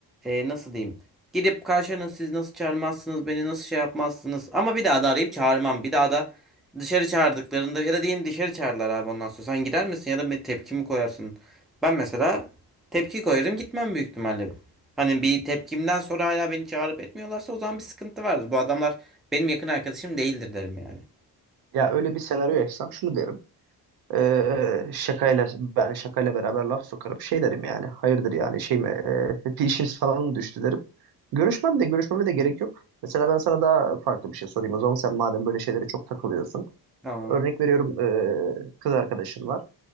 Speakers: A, in the centre; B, on the right (about 70°).
A: Ee, nasıl diyeyim? Gidip karşına siz nasıl çağırmazsınız, beni nasıl şey yapmazsınız. Ama bir daha da arayıp çağırmam. Bir daha da dışarı çağırdıklarında ya da diyelim dışarı çağırdılar abi ondan sonra. Sen gider misin ya da bir tepki mi koyarsın? Ben mesela tepki koyarım gitmem büyük ihtimalle. Hani bir tepkimden sonra hala beni çağırıp etmiyorlarsa o zaman bir sıkıntı vardır. Bu adamlar benim yakın arkadaşım değildir derim yani.
B: ya öyle bir senaryo yaşasam şunu derim. Ee, şakayla ben şakayla beraber laf sokarım. Şey derim yani. Hayırdır yani şey mi? E, bir işiniz falan mı düştü derim. Görüşmem de görüşmeme de gerek yok. Mesela ben sana daha farklı bir şey sorayım. O zaman sen madem böyle şeylere çok takılıyorsun.
A: Tamam.
B: Örnek veriyorum e, kız arkadaşın var.